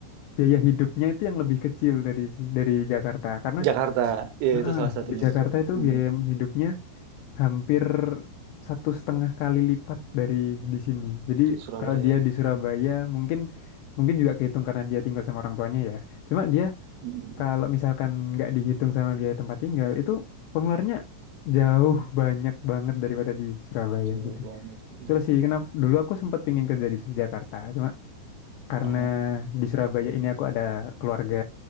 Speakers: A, on the left; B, on the right.
A: biaya hidupnya itu yang lebih kecil dari si, dari Jakarta karena
B: Jakarta, ya
A: eh,
B: itu salah satunya
A: di Jakarta
B: betul.
A: itu
B: Mhm.
A: biaya hidupnya hampir satu setengah kali lipat dari di sini jadi
B: Surabaya,
A: kalau dia di Surabaya
B: bener.
A: mungkin mungkin juga kehitung karena dia tinggal sama orang tuanya ya cuma dia
B: Mhm.
A: kalau misalkan nggak dihitung sama biaya tempat tinggal itu pengeluarannya jauh banyak banget daripada di Surabaya
B: Cewek
A: gitu
B: banyak. Iya.
A: Terus sih, kenapa dulu aku sempat pingin kerja di Jakarta, cuma karena
B: Aha.
A: di Surabaya ini aku ada keluarga